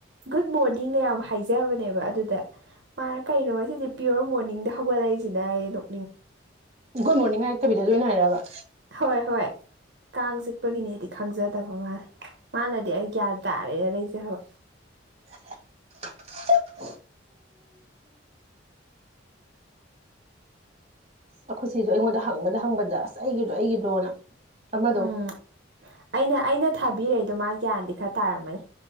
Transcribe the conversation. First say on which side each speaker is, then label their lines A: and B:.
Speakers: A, on the right (about 60°); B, on the right (about 35°).
A: ꯒꯨꯗ ꯃꯣꯔꯅꯤꯡ ꯌꯥꯝ ꯍꯥꯏꯖꯕꯅꯦꯕ ꯑꯗꯨꯗ ꯃꯥꯅ ꯀꯩꯅꯣ ꯉꯁꯤꯗꯤ ꯄꯤꯌꯣꯔ ꯃꯣꯔꯅꯤꯡꯗ ꯍꯧꯒꯠꯂꯛꯏꯁꯤꯅ ꯑꯩ ꯑꯗꯨꯝ
B: ꯒꯨꯗ ꯃꯣꯔꯅꯤꯡ ꯍꯥꯏꯔꯛꯇꯕꯤꯗ ꯑꯗꯨ ꯑꯣꯏꯅ ꯍꯥꯏꯔꯕ
A: ꯍꯣꯏ ꯍꯣꯏ ꯀꯥꯡ ꯆꯤꯛꯄꯒꯤꯅꯦꯗꯤ ꯈꯪꯖꯗꯕ ꯃꯥꯜꯂꯦ ꯃꯥꯅꯗꯤ ꯑꯩ ꯒ꯭ꯌꯥꯟ ꯇꯥꯔꯦ ꯂꯩꯖꯕ
B: <unintelligible> ꯑꯩꯈꯣꯏ ꯆꯦꯁꯨ ꯑꯩꯉꯣꯟꯗ ꯍꯪꯕꯗ ꯍꯪꯕꯗ ꯑꯁ ꯑꯩꯒꯤꯗꯣ ꯑꯩꯒꯤꯗꯣꯅ ꯑꯃꯗꯣ
A: ꯎꯝ ꯑꯩꯅ ꯑꯩꯅ ꯊꯥꯕꯤꯔꯛꯏꯗꯣ ꯃꯥ ꯒ꯭ꯌꯥꯟꯗꯤ ꯈꯔ ꯇꯥꯔꯝꯃꯅꯤ